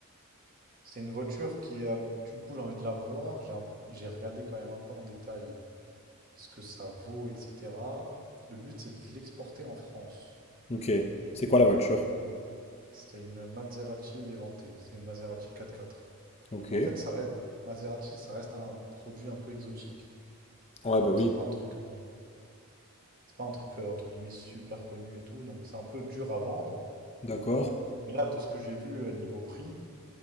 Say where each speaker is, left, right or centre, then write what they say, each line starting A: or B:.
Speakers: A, on the right; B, on the left.
A: C'est une voiture qui est, à but- du coup, j'ai envie de la voir. J'ai un- j'ai regardé quand même un peu en détail ce que ça vaut, etc. Le but, c'est de l'exporter en France.
B: Ok. C'est quoi la voiture?
A: C'est une Maserati Levante, c'est une Maserati 4x4.
B: Ok.
A: Mais en fait, ça reste Maserati, ça reste un produit un peu exotique.
B: Ouais, bah
A: Donc
B: oui.
A: c'est pas un truc, euh, c'est pas un truc euh, entre guillemets super connu et tout, donc c'est un peu dur à vendre.
B: D'accord.
A: Mais là, de ce que j'ai vu euh, niveau prix,